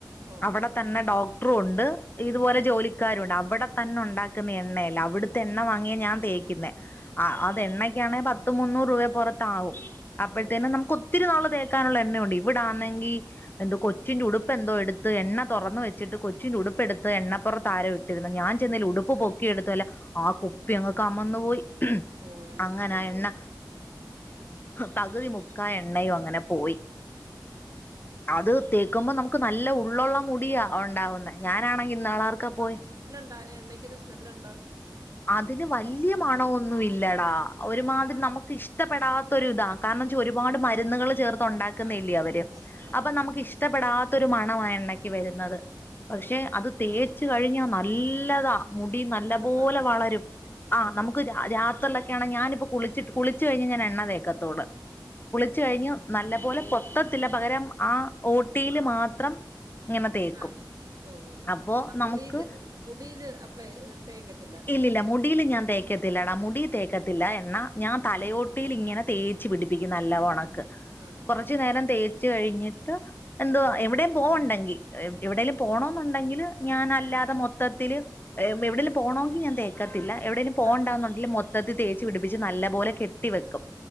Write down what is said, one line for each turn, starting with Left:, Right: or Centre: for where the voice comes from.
Right: ഓ
Left: അവിടെ
Right: ഹോ ഹോ
Left: തന്നെ
Right: ഹോ
Left: ഡോക്ടറും ഉണ്ട് ഇതുപോലെ
Right: ആ ഹാ
Left: ജോലിക്കാരുണ്ട് അവിടെ തന്നെ ഉണ്ടാക്കുന്ന എണ്ണയല്ലെ, അവിടുത്തെ എണ്ണ വാങ്ങിയ ഞാൻ തേക്കുന്നേ
Right: ആ
Left: അത്
Right: ഹാ
Left: എണ്ണക്കാണേ
Right: ഹാ
Left: പത് മുന്നൂറ് രൂപേ പുറത്താവും. അപ്പോഴത്തേനും
Right: ഓ
Left: നമുക്ക് ഒത്തിരി നാള് തേ ക്കാനുള്ള എണ്ണയുണ്ട്. ഇവിടാന്നെങ്കി, എന്തോ കൊച്ചിന്റെ ഉടുപ്പ് എന്തോ എടുത്ത് എണ്ണ തുറന്ന് വച്ചിട്ട് കൊച്ചിന്റെ ഉടു പ്പ് എടുത്ത് എണ്ണപ്പുറത്താരോ ഇട്ടിരുന്നു. ഞാൻ ചെന്ന ഉടുപ്പ് പൊക്കിയെടുത്തല്ല ആ കുപ്പി അങ്ങ് കമന്ന് പോയി
Right: ഓ എണ്ണ
Left: അങ്ങനാ
Right: മൊത്തം പോയി
Left: എണ്ണ
Right: ഉം.
Left: പകുതി മു ക്കാ എണ്ണയും അങ്ങനെ പോയി. അത് തേക്കുമ്പോ നമുക്ക് നല്ല ഉള്ളുള്ള മുടിയാ ഒണ്ടാവുന്നെ ഞാനാണെങ്കിൽ, ഇന്നാളാർക്കെ പോയി
Right: ആ എണ്ണക്കൊക്കെ സ്മെല്ലുണ്ടോ
Left: അതിന് വല്യ മണവൊന്നും ഇല്ലടാ.. ഒരുമാതിരി
Right: ആ
Left: നമുക്ക് ഇഷ്ടപ്പെടാ ത്തൊരിതാ കാരണം ന്തവെച്ച ഒരുപാട് മരുന്നുകൾ ചേർത്ത് ഉണ്ടാക്കുന്നല്ലേ
Right: ആ ഹാ
Left: അവര്.
Right: ഹാ ഹാ അതാ
Left: അപ്പൊ നമുക്ക് ഇഷ്ടപ്പെടാത്ത ത്തൊരു മണവാ ആ എണ്ണക്ക് വരുന്നത് പക്ഷെ,
Right: ആഹ്
Left: അത് തേച്ച് കഴിഞ്ഞാ നല്ലതാ മുടി നല്ല
Right: തണുപ്പാ
Left: പോലെ വളരും. ആ
Right: ഓഹോ
Left: നമുക്ക്
Right: ഹോ
Left: രാത്രിയിലൊക്കെയ ഞാനിപ്പൊ കുളിച്ചിട്ട കുളിച്ചുകഴിഞ്ഞു ഞാനെണ്ണ തേക്കത്തോളൂ. കുളിച്ച
Right: ഓ
Left: കഴിഞ്ഞ് നല്ല പോലെ പൊത്തത്തില്ല, പകരം ആ ഓട്ടിയില് മാത്രം ഇങ്ങനെ തേക്കും
Right: ആഹ ഓഹോ ഹോ
Left: അപ്പോ
Right: ആ
Left: നമുക്ക്
Right: മുടിയില് മുടിയില് അപ്ലൈ തേക്കത്തി
Left: ഇല്ലല്ല മുടീല് ഞാൻ തേക്കത്തില്ലടാ മുടി തേക്കത്തില്ല എണ്ണ. ഞാൻ തലയോട്ടിയിൽ
Right: ആ
Left: ഇങ്ങനെ തേ ച്ചുപിടിപ്പിക്കും നല്ല
Right: പിടിപ്പിക്കും
Left: കണക്ക്.
Right: ആഹ്
Left: കുറച്ചു
Right: ആഹ്
Left: നേരം തേച്ച് കഴിഞ്ഞി ട്ട് എന്തുവ എവിടെയും പോ വെണ്ടെങ്കിൽ എവിടെേലും പോണ വെന്നുണ്ടെങ്കിൽ ഞാൻല്ലാതെ മൊത്തത്തിൽ എവിടേലും പോണമെങ്കിൽ ഞാൻ തേക്കത്തില്ല, എവിടേലും പോണ്ടന്നുണ്ടെങ്കിൽ
Right: ആഹ് ആഹ്
Left: മൊത്തത്തിൽ തേ പിടിപ്പിച്ച് നല്ല പോലെ കെട്ടി വെക്കും.